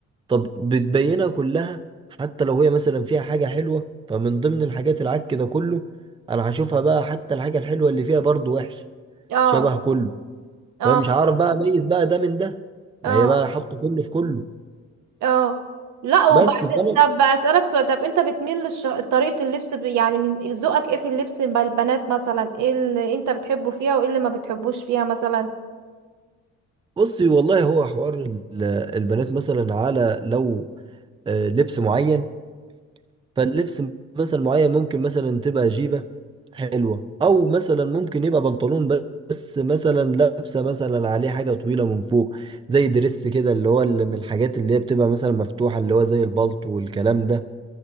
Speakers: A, on the right; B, on the right.
A: طب بتبينها كلها حتى لو هي مثلا فيها حاجه حلوه فمن ضمن الحاجات العك ده كله انا هشوفها بقى حتى الحاجه الحلوه اللي فيها برضو وحش
B: اه
A: شبه كله
B: اه
A: فمش عارف بقى اميز بقى ده من ده ما
B: اه
A: هي بقى حطوا كله في كله
B: اه لا وبعدين
A: بس فانا
B: طب اسالك سؤال طب انت بتميل للش... طريقه اللبس ب... يعني من ذوقك ايه في اللبس مع البنات مثلا ايه اللي انت بتحبه فيها وايه اللي ما بتحبوش فيها مثلا
A: بصي والله هو حوار ال- البنات مثلا على لو آه، لبس معين فاللبس مثلا معين ممكن مثلا تبقى جيبة حلوة او مثلا ممكن يبقى بنطلون بس مثلا لابسة مثلا عليه حاجة طويلة من فوق زي دريس كده اللي هو اللي من الحاجات اللي هي بتبقى مثلا مفتوحة اللي هو زي البلطو والكلام ده